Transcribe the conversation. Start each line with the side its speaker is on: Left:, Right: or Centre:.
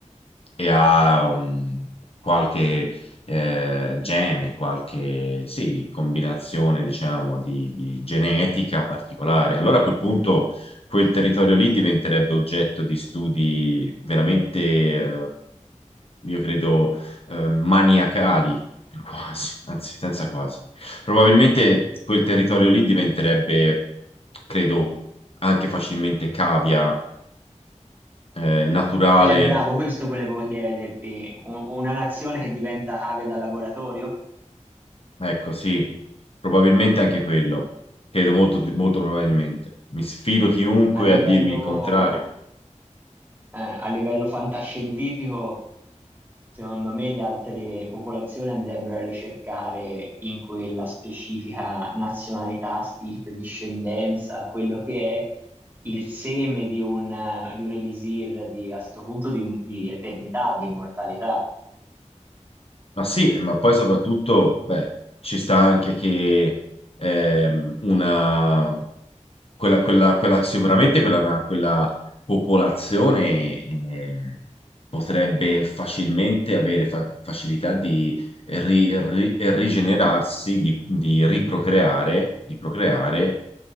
Left: e ha um, qualche eh, gene, qualche sì, combinazione, diciamo, di, di genetica particolare. Allora a quel punto quel territorio lì diventerebbe oggetto di studi veramente, eh, io credo, eh, maniacali, quasi, anzi, senza quasi. Probabilmente quel territorio lì diventerebbe, credo, anche facilmente cavia, eh, naturale
Right: Eh, bravo, questo volevo chiederti. U- una nazione che diventa cavia da laboratorio?
Left: Ecco, sì, probabilmente anche quello. Credo molto, molto probabilmente. Mi sfido chiunque
Right: a livello,
Left: a dirmi il contrario.
Right: eh, a livello fantascientifico, secondo me le altre popolazioni andrebbero a ricercare in quella specifica nazionalità, stirpe, discendenza, quello che è il seme di un, di un elisir di, a sto punto di, di eternità, di immortalità.
Left: Ma sì, ma poi soprattutto, beh, ci sta anche che ehm, una, quella, quella, quella, sicuramente quella, quella popolazione eh, potrebbe facilmente avere fa- facilità di ri- ri- rigenerarsi, di, di riprocreare, di procreare